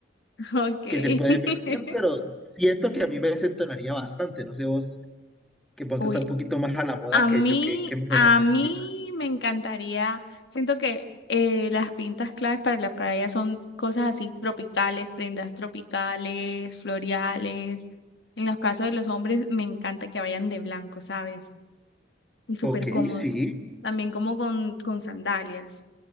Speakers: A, on the left (about 75°); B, in the centre.
A: <laughs> ok.
B: que se puede ver bien,
A: <laughs>
B: pero siento que a mí me desentonaría bastante. No sé vos, que vos
A: Uy,
B: estás un poquito más a la moda
A: A
B: que
A: mí,
B: yo, ¿qué, qué me podrás
A: a
B: decir?
A: mí me encantaría, siento que eh, las pintas claves para la playa son cosas así tropicales, prendas tropicales, floreales. En los casos de los hombres, me encanta que vayan de blanco, ¿sabes? Y súper
B: Ok,
A: cómodos.
B: sí,
A: También como con, con sandalias.